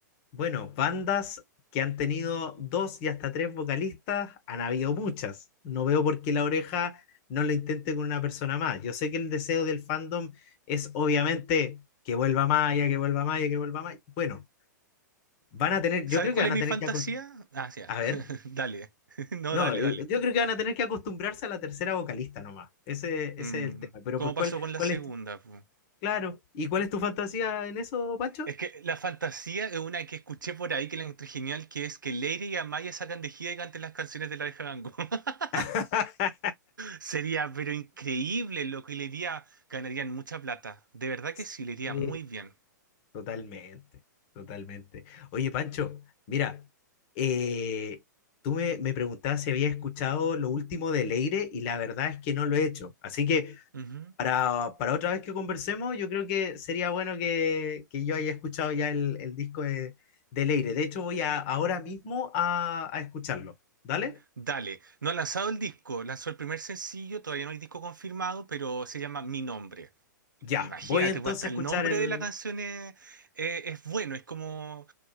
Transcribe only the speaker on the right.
¿Sabes
cuál
es
mi
fantasía?
Ah, sí, ya.
<laughs> Dale. <laughs> No,
dale,
dale.
Mm,
¿Cómo
pasó con
la segunda?
po?
Es que la fantasía es una que escuché por ahí que la encontré genial, que es que Leire y Amaya salgan de gira y canten las canciones de la oreja de Van Gogh. <laughs>
Sería, pero increíble lo que le iría, ganarían mucha plata. De verdad
que sí, le iría
muy bien.
Ujú.
Dale, no ha lanzado el disco, lanzó el primer sencillo, todavía no hay disco confirmado, pero se llama Mi Nombre.
Imagínate,
pues hasta
el
nombre
de la canción es, es- es bueno, es como,